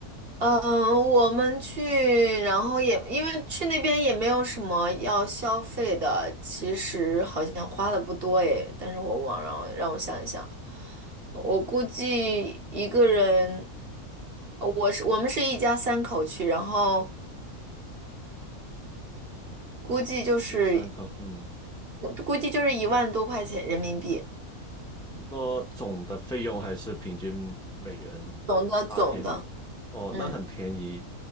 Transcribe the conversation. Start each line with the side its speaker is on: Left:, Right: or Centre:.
Right: 嗯，我们去，然后也因为去那边也没有什么要消费的，其实好像花的不多诶，但是我忘了，让我想一想，我估计一个人，呃我是我们是一家三口去，然后估计就是
Centre: 一家三口，嗯，
Right: 估计就是一万多块钱人民币，
Centre: 你说总的费用还是平均每人
Right: 总的总的，
Centre: 八天？哦，
Right: 嗯。
Centre: 那很便宜